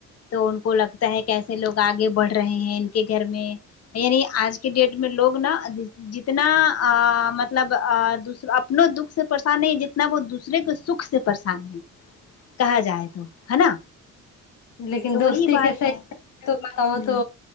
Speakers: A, on the left (about 55°); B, on the left (about 75°).
A: تو ان کو لگتا ہے کیسے لوگ آگے بڑھ رہے ہیں ان کے گھر میں یعنی آج کے ڈیٹ میں لوگ نا جتنا ا مطلب ا دوسر اپنے دکھ سے پریشان نہیں جتنا وہ دوسرے کے سکھ سے پریشان ہے کہا جائے تو ہے نا
B: لیکن
A: تو
B: دوستی
A: وہی بات
B: کے <unintelligible>
A: ہے
B: تو بتاؤ
A: ہ
B: تو